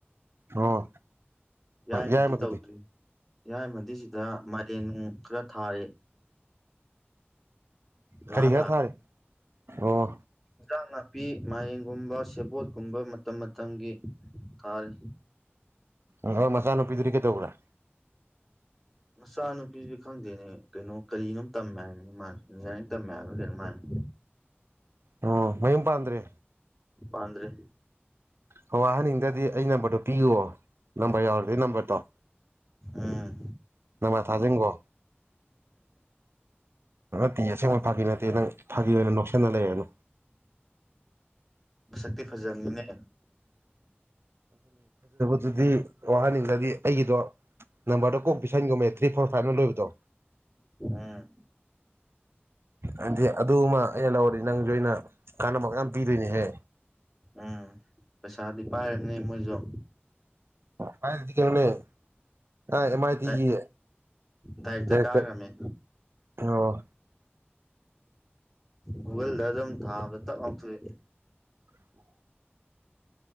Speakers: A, on the right; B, in the centre.
A: ꯑꯣ
B: ꯌꯥꯏꯃꯗꯤ
A: ꯌꯥꯏꯃꯗꯨꯗꯤ
B: ꯇꯧꯗ꯭ꯔꯤ ꯌꯥꯏꯃꯗꯤ ꯁꯤꯗ ꯃꯥꯏꯔꯦꯟ ꯅꯨꯡ ꯈ꯭ꯔ ꯊꯥꯔꯤ ꯂꯥꯛꯑ
A: ꯈꯥꯔꯤꯔ ꯊꯥꯔꯦ ꯑꯣ
B: ꯑꯦꯟꯖꯥꯡ ꯅꯥꯄꯤ ꯃꯥꯏꯔꯦꯟꯒꯨꯝꯕ ꯁꯦꯕꯣꯠꯀꯨꯝꯕ ꯃꯇꯝ ꯃꯇꯝꯒꯤ ꯊꯥꯔꯤ
A: ꯎꯝ ꯍꯣꯏ ꯃꯆꯥꯅꯨꯄꯤꯗꯨꯗꯤ ꯀꯩꯗꯧꯕꯒ꯭ꯔꯦ
B: ꯃꯆꯥ ꯅꯨꯨꯄꯤꯗꯨꯗꯤ ꯈꯪꯗꯦꯅꯦ ꯀꯩꯅꯣ ꯀꯔꯤꯅꯣꯝ ꯇꯝꯃꯦ ꯍꯥꯏꯕꯅꯤꯅꯦ ꯃꯥꯁꯨ ꯏꯟꯖꯤꯅꯤꯌꯥꯔꯤꯡ ꯇꯝꯃꯦ ꯍꯥꯏꯕ꯭ꯔꯥ ꯀꯩꯅꯣꯝꯃꯥ ꯍꯥꯏꯕꯅꯦ
A: ꯑꯣ ꯃꯌꯨꯝ ꯄꯥꯟꯗ꯭ꯔꯦ
B: ꯄꯥꯟꯗ꯭ꯔꯦ
A: ꯍꯍꯟꯅꯤꯡꯗ꯭ꯔꯗꯤ ꯑꯩ ꯅꯝꯕꯔꯗꯨꯣ ꯄꯤꯌꯑꯣ ꯅꯝꯕꯔ ꯌꯥꯎꯔꯗꯣꯏ ꯅꯝꯕꯔꯗꯣ
B: ꯎꯝ
A: ꯅꯃꯥ ꯊꯥꯖꯁꯤꯡꯒꯣ ꯇꯤ ꯐꯥꯒꯤꯇꯩ ꯅꯪ ꯐꯥꯒꯤꯈꯤꯕ ꯑꯣꯏꯅ ꯑꯣꯏꯅ ꯅꯣꯁ ꯅꯂ ꯍꯥꯏꯨ
B: ꯁꯛꯇꯤ ꯐꯖꯕꯅꯤꯅꯦ
A: ꯑꯗꯨꯗꯤ ꯋꯥꯍꯅꯤꯡ ꯑꯗꯨꯗꯤ ꯑꯩꯒꯤꯗꯣ ꯅꯝꯕꯔꯗꯣ ꯀꯣꯛ ꯄꯤꯁꯟꯒꯨꯝꯃꯦ ꯊ꯭ꯔꯤ ꯐꯣꯔ ꯐꯥꯏꯚꯅ ꯂꯣꯏꯕꯗꯣ
B: ꯎꯝ
A: ꯍꯥꯏꯗꯤ ꯑꯗꯨꯃ ꯑꯩꯅ ꯂꯧꯔꯗꯤ ꯅꯪꯁꯨ ꯑꯩꯅ ꯀꯥꯟꯅꯕ ꯌꯥꯝ ꯄꯤꯗꯣꯏꯅꯦꯍꯦ
B: ꯎꯝ ꯄꯩꯁꯥꯗꯤ ꯄꯥꯏꯝꯅꯦ ꯃꯣꯏꯁꯨ
A: ꯀꯥꯏꯗꯤ ꯀ ꯃꯅꯦ ꯑ ꯑꯦꯝ ꯑꯥꯏ ꯇꯤꯒꯤ
B: ꯗꯥꯏ ꯗꯥꯏꯔꯦꯛꯇ
A: ꯗꯥꯏꯔꯦꯛꯇꯔ
B: ꯀꯥꯈ꯭ꯔꯕꯅꯦ
A: ꯑꯣ
B: ꯒꯨꯒꯜꯗ ꯑꯗꯨꯝ ꯊꯥꯕꯗ ꯇꯞ ꯉꯥꯎꯊꯣꯛꯏ
A: ꯎ